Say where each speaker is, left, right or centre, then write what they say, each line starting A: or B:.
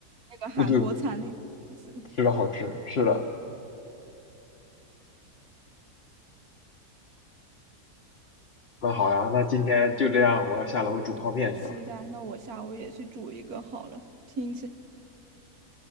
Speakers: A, on the right; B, on the left.
A: 那个韩国餐厅好吃。
B: 部队吃的好吃，是的。那好呀，那今天就这样，我要下楼煮泡面去了。
A: 期待，那我下午也去煮一个好了。听起来，